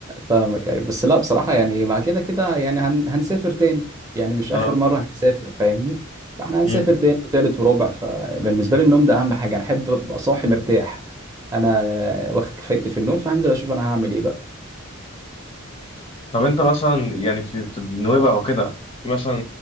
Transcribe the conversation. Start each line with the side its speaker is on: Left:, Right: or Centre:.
Right: فاهمك ايوه بس لا بصراحة يعني مع كده كده يعني هن... هنسافر تاني يعني مش
Left: اه
Right: آخر مرة هنسافر فاهمني فاحنا هنسافر
Left: امم
Right: تاني وتالت ورابع فبالنسبة لي النوم ده أهم حاجة أنا أحب أبقى صاحي مرتاح أنا واخد كفايتي في النوم فهنزل أشوف أنا هعمل إيه بقى
Left: طب انت مثلا يعني في في النويبع وكده في مثلا